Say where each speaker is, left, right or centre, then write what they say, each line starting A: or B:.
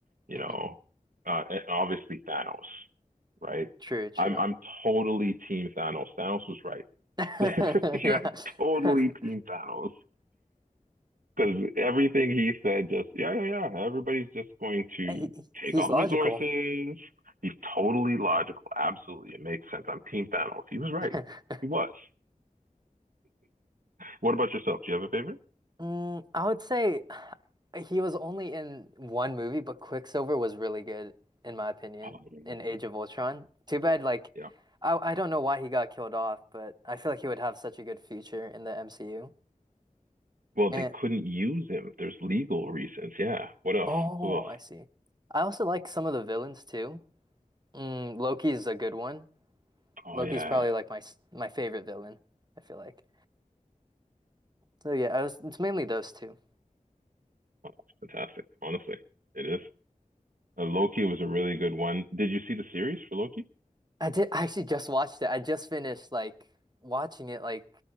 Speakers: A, on the right; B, on the right.
A: you
B: hmm
A: know, uh, and obviously Thanos, right?
B: True, true.
A: I'm I'm totally team Thanos. Thanos was right. <laughs>
B: <laughs>
A: Yeah,
B: Yeah.
A: I'm totally
B: <laughs>
A: team Thanos. Because everything he said, just yeah, yeah, yeah. Everybody's just going to
B: He, he-
A: take
B: he's
A: all
B: logical.
A: the resources. He's totally logical. Absolutely, it makes sense. I'm Team Thanos. He was right.
B: <laughs>
A: He was. What about yourself? Do you have a favorite?
B: Mm, I would say he was only in one movie, but Quicksilver was really good, in my opinion,
A: Oh, yeah,
B: in
A: yeah,
B: Age
A: yeah.
B: of Ultron. Too bad, like,
A: Yeah.
B: I, I don't know why he got killed off, but I feel like he would have such a good future in the MCU.
A: Well,
B: And,
A: they couldn't use him. There's legal reasons. Yeah. What else?
B: oh,
A: Who else?
B: I see. I also like some of the villains too. Mm, Loki is a good one.
A: Oh
B: Loki's
A: yeah.
B: probably like my s- my favorite villain, I feel like. So yeah, I was it's mainly those two.
A: Oh, that's fantastic. Honestly, it is. Uh, Loki was a really good one. Did you see the series for Loki?
B: I did I actually just watched it. I just finished like watching it like